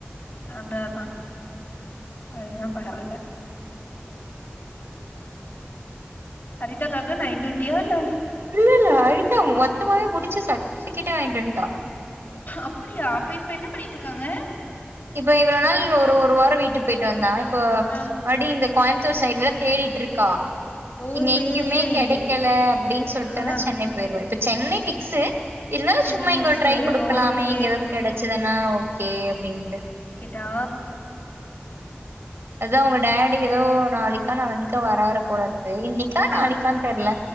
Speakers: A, on the left (about 55°); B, on the right (about 80°).
A: அதான் அதான் அதுதான் பரவல அரிதாக்காக நைட்டுட்டியா யில்ல
B: இல்ல இல்ல அழுத்தா மொத்தமாவே முடிச்சு சட்ட <unintelligible> வாங்கிட்டு வன்ட்டா
A: அப்டியா அப்ப இப்ப என்ன பண்ணிட்டு இருக்காங்க
B: இப்ப இவ்வளவு நாள் ஒரு ஒரு வாரம் வீட்டுக்கு போயிட்டு வந்தான் இப்ப
A: ஆ
B: மறுபடி இந்த கோயம்பத்தூர் சைடுல தேடிட்டு இருக்கா
A: ஓ
B: இங்க
A: சேரி
B: எங்கேயுமே
A: சேரி
B: கிடைக்கல அப்படின்னு சொல்டன்னா
A: ஆ
B: சென்னை போயிடுவா இப்ப சென்னை பிக்சு இருந்தாலு
A: சென்னை
B: சும்மா
A: பிக்ஸு
B: இங்க ட்ரை குடுக்கலாமே
A: ஓ சேரி
B: இங்க ஏதாவது
A: சேரி
B: கெடச்சதுன்னா ஓகே அப்டின்ட்டு
A: டா
B: அதோ உங்க டாடி ஏதோ நாளைக்கா நாளான்னிக்கா வர்ராறு போல இருக் கு இன்னிக்கா நாளைக்கா
A: ஆ
B: தெர்ல